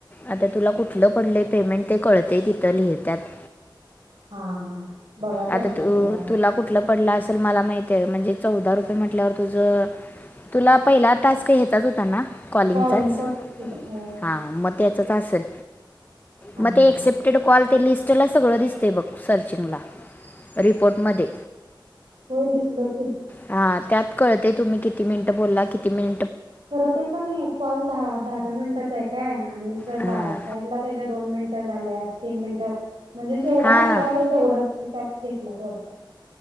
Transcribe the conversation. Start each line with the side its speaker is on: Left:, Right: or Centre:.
Left: आता तुला कुठलं पडलं पेमेंट ते कळतेय तिथं लिहतत
Right: हा हा बघाय पाहिजे
Left: आता तू
Right: कुठलं आलंय.
Left: तुला कुठलं पड असेल मला मा म्हणजे चौदा रुपये म्हटल्यावर तुझ तुला पहि टास्क घ्याचाच होता ना कॉलिंगचाच
Right: कॉलिंगचच की होय
Left: हां मग त्याचच असल
Right: हा
Left: म
Right: हा
Left: ते एक्सेप्टेड कॉल ते लिस्टला सगळं दिसतय बघ सर्चिंगला रिपोर्टमध्ये
Right: होय दिसलं की.
Left: हां त्यात कळते तुम्ही किती मिनिट बोलला कि मिनि
Right: खरत ते कने कॉल दहा दहा दहा मिनिटाचा हाय काय आणि <unintelligible>
Left: हां
Right: साईडला त्याज्या दोन मिनिटं झाल्या तीन मिनिटं म्हणजे जेवढं
Left: हां
Right: ऐकू आलं तेवढंच त्यात घेतल्यात वाढतं.